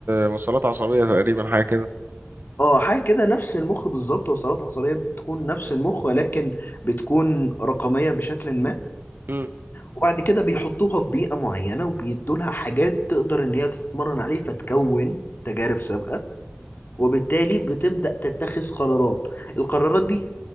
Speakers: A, on the right; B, on the left.
A: وصلات عصبية تقريبا حاجة كده
B: اه حاجه كده نفس المخ بالظبط وصلات عصبيه بتكون نفس المخ ولكن بتكون رقميه بشكل ما
A: مم.
B: وبعد كده بيحطوها في بيئه معينه وبيدوا لها حاجات تقدر ان هي تتمرن عليه فتكون تجارب سابقه وبالتالي بتبدأ تتخذ قرارات القرارات دي